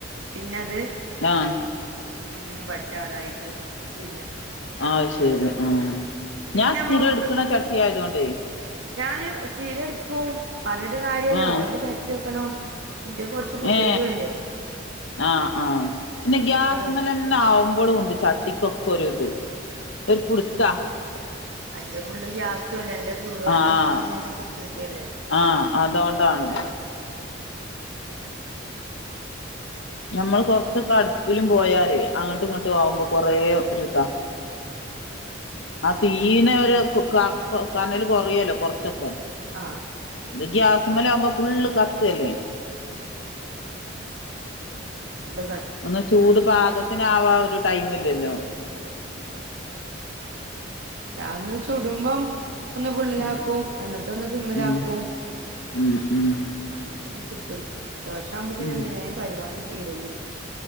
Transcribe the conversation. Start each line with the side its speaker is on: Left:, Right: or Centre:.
Right: പിന്നെത്
Left: ആഹ്
Right: ഒന്നിനും പറ്റാതായിട്ട് വര്യ
Left: അത് ശരി ആഹ
Right: പിന്നെ
Left: ഞാൻ
Right: നമ്മൾ
Left: സ്ഥിരം
Right: ഒന്ന്
Left: എടുക്കണ ചട്ടിയായതുകൊണ്ടേ
Right: ഞാന് സ്ഥീര എടുക്കും പറഞ്ഞിട്ട് കാര്യല്ലേ
Left: ആഹ്
Right: ഓയില് പരറ്റിവെക്കണം എന്റെ കുറച്ച് പുതിയതും
Left: ഏ
Right: അല്ലേ
Left: ഹ്ആഹ് ആഹ്പിന്നെ
Right: അതുകൊണ്ടായിരിക്കും
Left: ഗ്യാസ്ല് മല് ന്നെ ആവുമ്പോഴും ഉണ്ട് ചട്ടിക്കൊക്കെ ഒരു ഇത്
Right: ആഹ്
Left: ഒരു പുടുത്താ
Right: അന്റെ ഫുള്ള് ഗ്യാസല്ല അല്ല ചൂടൊടുക്കഞെങ്ങനെ
Left: ആഹ്
Right: ചുട്ടടുക്കല്ലേ
Left: ആഹ് അതുകൊണ്ടാണ്
Right: <unintelligible>
Left: നമ്മൾ കുറച്ചൊക്കെ അടുപ്പിലും പോയാലെ അങ്ങോട്ടും ഇങ്ങോട്ട് പോകുമ്പോ
Right: ആഹ്
Left: കൊറെ ഒരു ഇതാ ആ തീയ്യിനെ ഒരു കനല്
Right: പിൻ
Left: കൊറയല്ലോ കൊറച്ചൊക്കെ
Right: ആഹ്
Left: ഇത്ഗ്യാസ് മേൽ ആവുമ്പോ ഫുള്ള് കത്തുവല്ലേ
Right: അ അതെ ള്ളത്
Left: ഒന്ന് ചൂട് പാകത്തിനാവാ ഒരു ടൈം ഇല്ലല്ലോ
Right: ഉം ഉം ഉം ഞാൻന്ന് ചുടുമ്പം ഒന്ന് ഫുള്ളിലാക്കും
Left: ഉം
Right: എന്നിട്ട് ഒന്ന് സിമ്മിലാക്കും
Left: ഉം ഉം ഉം
Right: അങ്ങനെങ്ങനെ ചുട്ട് എടുക്കും ദോശ ആവുമ്പോ പിന്നെ
Left: ഉം
Right: വേഗം പരിപാടി തീരലുണ്ട്